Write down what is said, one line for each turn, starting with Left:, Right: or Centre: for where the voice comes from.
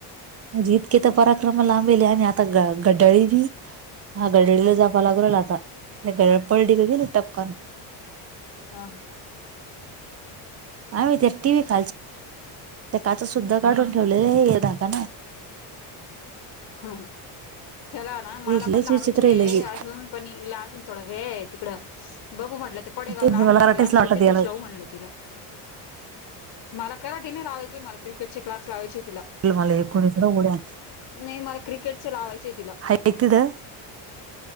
Right: म्हणजे इतके तर पराक्रम लांबेले आणि आता गटळी मी. हा घड्याळाला जावं लागलल आता अरे गड पळडी ग गेली टपकान.
Left: हा.
Right: आम्ही त्या टीव्ही खालचं त्या काच सुद्धा काढून ठेवलेले आहे धाका ना.
Left: ह. त्याला ना मला
Right: लईच
Left: पण लावायचे
Right: विचित्र आहे लगे
Left: अजून पण अजून थोडा वेळ आहे तिकडं बघू म्हटलं ते पडेगावला
Right: म्हणजे
Left: आहे
Right: मला
Left: ना
Right: कराटेच
Left: क्लास
Right: वाटत
Left: तर तिथस
Right: याला
Left: लाऊ म्हणलं तिला. मला कराटे नाही लावायचे मला क्रिकेटचे क्लास लावायचे तिला
Right: ते मला एकोणीस उड्या
Left: नाही मला क्रिकेटचे लावायचे आहे तिला
Right: <unintelligible>